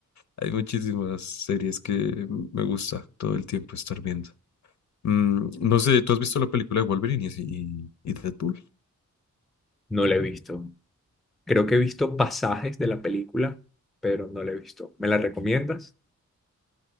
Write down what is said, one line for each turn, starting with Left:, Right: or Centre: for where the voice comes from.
Left: hay muchísimas series que me gusta todo el tiempo estar viendo. Mm, no sé, ¿tú has visto la película de Wolverine y, y, y Deadpool?
Centre: No la he visto. Creo que he visto pasajes de la película, pero no la he visto. ¿Me la recomiendas?